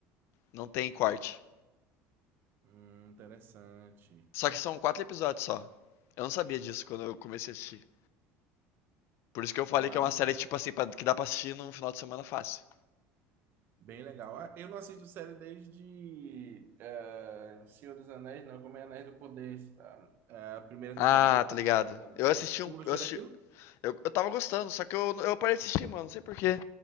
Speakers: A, on the left; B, on the right.
A: não tem corte.
B: Hum, interessante.
A: Só que são quatro episódios só. Eu não sabia disso quando eu comecei a assistir. Por isso que eu falei
B: Ah,
A: que é uma série, tipo assim, pra- que dá pra assistir num final de semana fácil.
B: bem legal. Ah, eu não assisto série desde eh, Senhor dos Anéis, não, como é Anéis do Poder, a, a primeira
A: Ah,
B: temporada, não
A: tá
B: assisti
A: ligado.
B: a segunda, não.
A: Eu assisti
B: Tu
A: um.
B: gostou
A: Eu, assisti,
B: daquilo?
A: eu, eu tava gostando, só que eu, eu parei de assistir, mano. Não sei porquê.